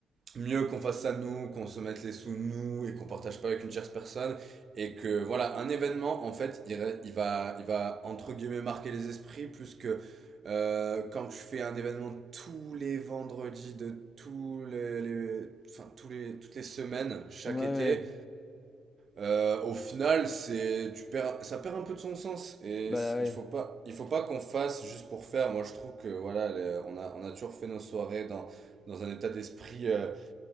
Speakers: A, on the right; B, on the left.
A: mieux qu'on fasse ça nous, qu'on se mette les sous nous et qu'on partage pas avec une tierce personne et que voilà un événement en fait il, re- il va il va entre guillemets marquer les esprits plus que euh, quand je fais un événement tous les vendredis de tous les, les- enfin tous les toutes les semaines chaque
B: Ouais, ouais.
A: été euh, au final c'est tu perds ça perd un peu de son sens et
B: Bah
A: c-
B: ouais.
A: il faut pas il faut pas qu'on fasse juste pour faire moi je trouve que voilà les- on a on a toujours fait nos soirées dans dans un état d'esprit euh,